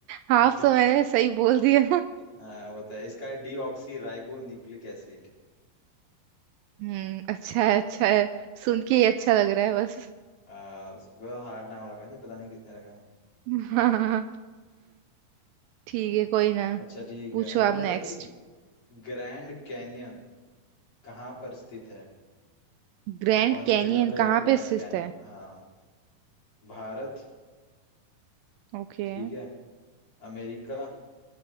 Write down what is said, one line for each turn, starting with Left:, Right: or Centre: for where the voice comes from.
Right: हाफ
Left: डी,
Right: <laughs> तो मैंने सही बोल दिया
Left: हाँ होता है इसका है डीऑक्सी राइबो न्यूक्लिक एसिड
Right: हम्म अच्छा है अच्छा है
Left: हम्म,
Right: सुन के ही अच्छा लग रहा है बस
Left: आ, बहुत हार्ड नाम रखा नहीं पता नहीं किसने रखा
Right: <laughs> हाँ ठीक है कोई ना
Left: अच्छा ठीक
Right: पूछो
Left: है मुझे
Right: आप
Left: बता
Right: नेक्स्ट
Left: कि ग्रैंड कैनियन कहाँ पर स्थित है
Right: ग्रैंड
Left: कौन सी
Right: कैनियन
Left: जगह पे
Right: कहाँ
Left: है ग्रैंड
Right: पे स्थित
Left: कैनियन
Right: है
Left: हाँ भारत
Right: ओके
Left: ठीक है अमेरिका